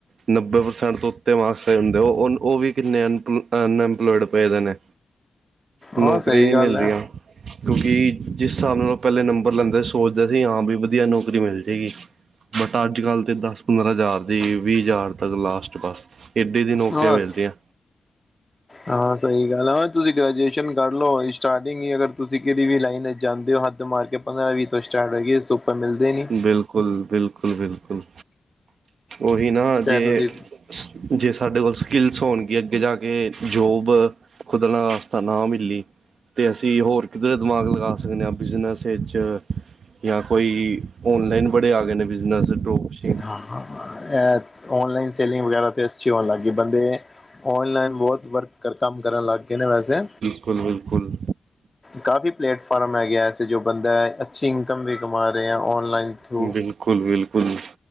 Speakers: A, on the right (about 80°); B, on the left (about 20°).
A: ਨੱਬੇ ਪ੍ਰਸੈਂਟ ਤੋ ਊਤੇ ਮਾਕਸ ਚਾਹਿਏ ਹੁੰਦੇ, ਉਹ-ਉਹ ਵੀ ਕਿੰਨੇ ਅਨ ਅਨਐੰਪਲੋਇਡ ਪਏ ਦੇ ਨੇ। ਨੌਕਰੀਆਂ
B: ਹਾਂ ਸਹੀ
A: ਈ ਨਹੀਂ
B: ਗੱਲ
A: ਮਿਲ
B: ਹੈ
A: ਦੀਆਂ। ਕਿਉਂਕਿ ਜਿਸ ਸਾਬ ਨਾਲ ਪਹਿਲੇ ਨੰਬਰ ਲੈਂਦੇ, ਸੋਚਦੇ ਸੀ ਹਾਂ, ਬਈ ਵਧੀਆ ਨੌਕਰੀ ਮਿਲ ਜੇਗੀ। ਬਟ ਅੱਜ ਕੱਲ੍ਹ ਤੇ ਦਸ ਪੰਦਰਾਂ ਹਜ਼ਾਰ ਦੀ, ਵੀਹ ਹਜ਼ਾਰ ਤੱਕ ਲਾਸਟ ਬਸ। ਏਡੇ ਦੀ ਨੌਕਰੀਆਂ
B: ਬਸ,
A: ਮਿਲ ਰਹੀਆਂ
B: ਆ ਸਹੀ ਗੱਲ ਹੈ, ਹਾਂ ਤੁਸੀਂ ਗ੍ਰੈਜੂਏਸ਼ਨ ਕਰ ਲਓ, ਸਟਾਰਟਿੰਗ ਈ ਅਗਰ ਤੁਸੀਂ ਕਿਹੜੀ ਵੀ ਲਾਈਨ ਜਾਂਦੇ ਹੋ ਹੱਦ ਮਾਰ ਕੇ, ਪੰਦਰਾਂ ਵੀਹ ਤੋਂ ਸਟਾਰਟ ਹੋਏਗੀ, ਇਸੁੱਪ ਮਿਲਦੀ ਨੀ।
A: ਬਿਲਕੁਲ-ਬਿਲਕੁਲ-ਬਿਲਕੁਲ। ਔਹੀ ਨਾ
B: ਚਾਹੇ
A: ਜੇ,
B: ਤੁਸੀਂ
A: ਜੇ ਸਾਡੇ ਕੋਲ ਸਕਿਲਸ ਹੋਣਗੀ ਅੱਗੇ ਜਾ ਕੇ, ਜੋਬ ਖੁਦ ਨਾ ਆਸਤਾ ਨਾ ਮਿਲੀ ਤੇ ਅਸੀਂ ਹੋਰ ਕਿੱਧਰੇ ਦਿਮਾਗ ਲਗਾ ਸਕਣੇ ਆ, ਬਿਜ਼ਨਸ ਇਚ, ਯਾ ਕੋਈ ਔਨਲਾਈਨ ਬੜੇ ਆ ਗਏ ਨੇ ਬਿਜ਼ਨਜ਼, ਟੋਕਸ
B: ਹਾਂ-ਹਾਂ-ਹਾਂ ਏਹ ਔਨਲਾਈਨ ਸੈਲਿੰਗ ਵਗੈਰਾ ਤੇ ਅੱਛੀ ਹੋਣ ਲੱਗ ਗੀ, ਬੰਦੇ ਔਨਲਾਈਨ ਬਹੋਤ ਵਰਕ ਕਰ, ਕੰਮ ਕਰਨ ਲੱਗ ਗਏ ਨੇ ਵੈਸੇ
A: ਬਿਲਕੁਲ-ਬਿਲਕੁਲ।
B: ਕਾਫੀ ਪਲੇਟਫਾਰਮ ਹੈਗੇ ਐਸੇ ਜੋ ਬੰਦਾ, ਅੱਛੀ ਇਨਕਮ ਵੀ ਕਮਾ ਰਿਹਾ ਹੈ, ਔਨਲਾਈਨ ਥਰੂ।
A: ਬਿਲਕੁਲ-ਬਿਲਕੁਲ।